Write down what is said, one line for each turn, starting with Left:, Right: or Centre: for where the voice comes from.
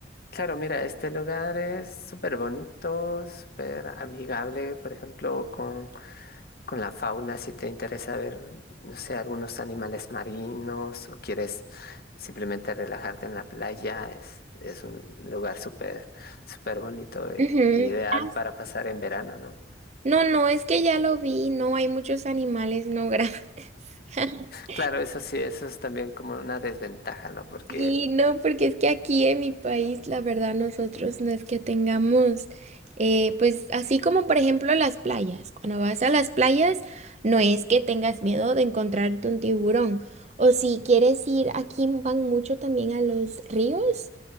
Left: Claro, mira, este lugar es súper bonito, súper amigable, por ejemplo, con, con la fauna, si te interesa ver, no sé, algunos animales marinos o quieres simplemente relajarte en la playa, es, es un lugar súper, súper bonito y
Right: Ujú.
Left: y ideal
Right: Ah,
Left: para pasar en verano, ¿no?
Right: No, no, es que ya lo vi, no hay muchos animales, no, gracias. <laughs>
Left: Claro, eso sí, eso es también como una desventaja, ¿no? Porque,
Right: Sí, no, porque es que aquí en mi país, la verdad, nosotros no es que tengamos, eh, pues así como por ejemplo las playas, cuando vas a las playas, no es que tengas miedo de encontrarte un tiburón, o si quieres ir, aquí van mucho también a los ríos.